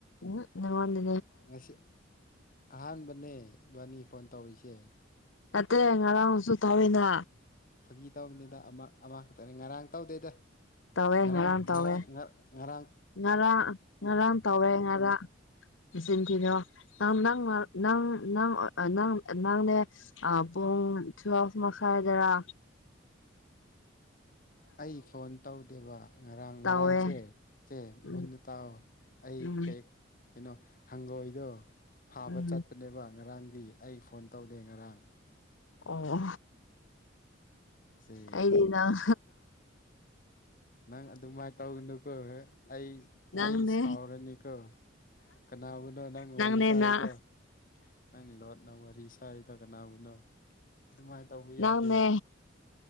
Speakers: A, on the left; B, on the left.
A: ꯎ ꯅꯉ ꯋꯥꯟꯅꯦ
B: ꯉꯁꯤ ꯑꯍꯥꯟꯕꯅꯦ ꯏꯕꯥꯅꯤ ꯐꯣꯟ ꯇꯧꯔꯤꯁꯦ
A: ꯅꯠꯇꯦ ꯉꯔꯥꯡꯁꯨ ꯊꯥꯋꯅ
B: ꯐꯥꯒꯤ ꯇꯧꯕꯅꯤꯅ ꯑꯃ ꯑꯃꯈꯛꯇꯅꯤ ꯉꯔꯥꯡ ꯇꯧꯗꯣꯏꯗ
A: ꯇꯧꯋꯦ
B: ꯉꯔꯥꯡ
A: ꯇꯧꯋꯦ
B: ꯉꯔꯥꯡ ꯉꯥꯡ ꯉꯥꯛ
A: ꯉꯔꯥꯡ ꯉꯔꯥꯡ ꯇꯧꯋꯦ ꯉꯔꯥꯡ ꯃꯆꯤꯟꯊꯤꯗꯣ ꯅꯪ ꯅ ꯅꯪ ꯅꯪ ꯅꯪ ꯅꯪꯅꯦ ꯑ ꯄꯨꯡ ꯊꯨꯐ ꯃꯈꯁꯥꯏꯗꯔꯥ
B: ꯑꯩ ꯐꯣꯟ ꯇꯧꯗꯦꯕ ꯉꯔꯥꯡ ꯉꯔꯥꯡꯁꯦ
A: ꯇꯧꯋꯦ
B: ꯁꯦ
A: ꯎꯝ
B: ꯃꯨꯟꯅ ꯇꯥꯛꯑꯣ ꯑꯩ
A: ꯎꯝ
B: ꯀ ꯀꯩꯅꯣ ꯍꯪꯒꯣꯏꯗꯣ ꯐꯥꯕ
A: ꯎꯝ
B: ꯆꯠꯄ ꯅꯦꯕ ꯉꯔꯥꯡꯗꯤ ꯑꯩ ꯐꯣꯟ ꯇꯧꯗꯦ ꯉꯔꯥꯡ
A: ꯑꯣ
B: ꯁꯦ
A: ꯑꯩꯗꯤ ꯅꯡ
B: ꯅꯪ ꯑꯗꯨꯃꯥꯏꯅ ꯇꯧꯒꯅꯨꯀꯣ ꯑꯩ
A: ꯅꯪꯅꯦ
B: ꯑꯩ ꯁꯥꯎꯔꯅꯤꯀꯣ ꯀꯅꯥꯕꯨꯅꯣ ꯅꯪ
A: ꯅꯪꯅꯦ
B: ꯋꯥꯔꯤ ꯁꯔꯤꯗꯣ
A: ꯅꯪ
B: ꯅꯪ ꯂꯣꯠꯅ ꯋꯥꯔꯤ ꯁꯥ ꯁꯥꯔꯤꯗ ꯀꯅꯥꯕꯨꯅꯣ ꯑꯗꯨꯃꯥꯏꯅ ꯇꯧꯕ
A: ꯅꯪꯅꯦ
B: ꯌꯥꯗꯦ